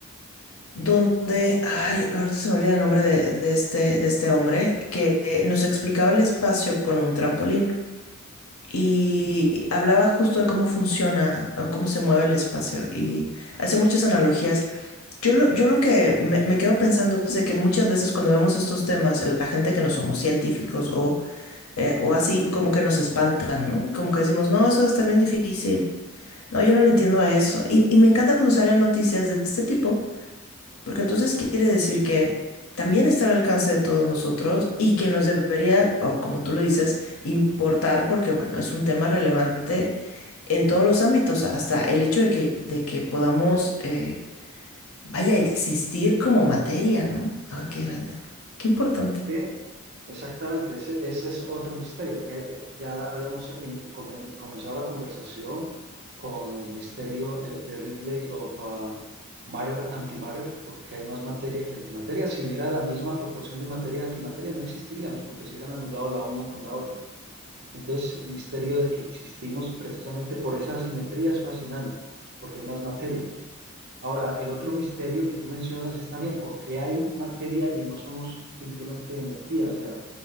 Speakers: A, on the left (about 70°); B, on the right (about 50°).
A: donde, ay, ahorita se me olvida el nombre de, de este, de este hombre que eh, nos explicaba el espacio con un trampolín y hablaba justo de cómo funciona o cómo se mueve el espacio y hacía muchas analogías. Yo lo, yo lo que me, me quedo pensando es de que muchas veces cuando vemos estos temas, la gente que no somos científicos o, eh, o así, como que nos espantan, ¿no? Como que decimos, no, eso va a estar bien difícil. No, yo no le entiendo a eso. Y, y me encanta cuando salen noticias de este tipo porque entonces quiere decir que también está al alcance de todos nosotros y que nos debería, o como tú lo dices, importar porque, bueno, es un tema relevante en todos los ámbitos, hasta el hecho de que, de que podamos, eh, vaya, existir como materia, ¿no? Ay, qué grande, qué importante.
B: Sí, exactamente, ese, ese es otro misterio. Eh, eh, ya habíamos eh, come- comenzado la conversación con el misterio el- de Ridley of uh, Matter Antimatter, porque hay más materia que antimateria. Si hubiera la misma proporción de materia y antimateria, no existiríamos, porque se hubieran anulado la una con la otra. Entonces, el misterio de que existimos precisamente por esa asimetría es fascinante, porque hay más materia. Ahora, el otro misterio que tú mencionas es también por qué hay materia y no somos simplemente energía. O sea,